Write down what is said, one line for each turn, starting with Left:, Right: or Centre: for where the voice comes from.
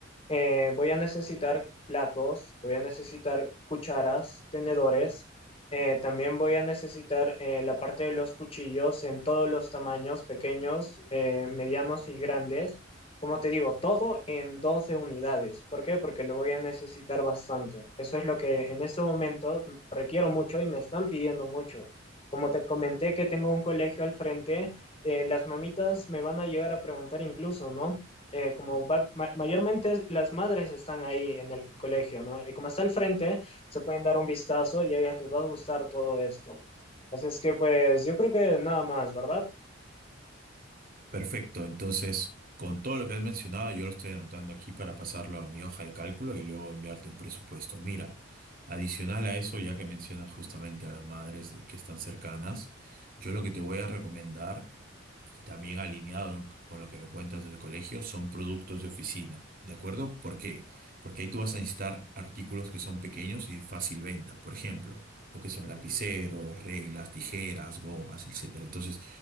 Left: Eh, voy a necesitar platos, voy a necesitar cucharas, tenedores. eh, también voy a necesitar eh, la parte de los cuchillos en todos los tamaños, pequeños, eh, medianos y grandes. Como te digo, todo en 12 unidades. ¿Por qué? Porque lo voy a necesitar bastante. Eso es lo que en este momento requiero mucho y me están pidiendo mucho. Como te comenté que tengo un colegio al frente, eh, las mamitas me van a llegar a preguntar incluso, ¿no? Eh, como va- ma- mayormente las madres están ahí en el colegio, ¿no? Y como está al frente, se pueden dar un vistazo y a ellas les va a gustar todo esto. Así es que pues yo creo que nada más, ¿verdad?
Right: Perfecto, entonces con todo lo que has mencionado yo lo estoy anotando aquí para pasarlo a mi hoja de cálculo y luego enviarte un presupuesto. Mira, adicional a eso, ya que mencionas justamente a las madres que están cercanas, yo lo que te voy a recomendar y también alineado con lo que me cuentas del colegio, son productos de oficina, ¿de acuerdo? ¿Por qué? Porque ahí tú vas a necesitar artículos que son pequeños y de fácil venta, por ejemplo, lo que son
Left: Mm,
Right: lapiceros, reglas, tijeras, gomas, etcétera. Entonces,